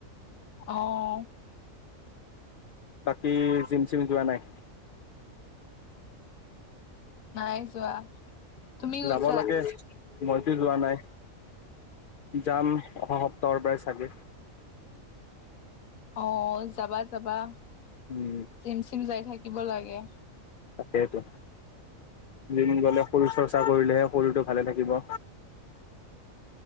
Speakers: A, on the left (about 80°); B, on the left (about 55°).
A: অহ।
B: বাকী জিম-চিম যোৱা নাই?
A: নাই যোৱা। তুমি গৈছা
B: যাব লাগে মইতো যোৱা নাই। যাম অহা সপ্তাহৰ পৰাই চাগে।
A: অহ যাবা যাবা
B: উম
A: জিম-চিম যাই থাকিব লাগে।
B: তাকেইতো। জিম গলে শৰীৰ চৰ্চা কৰিলেহে শৰীৰটো ভালে থাকিব।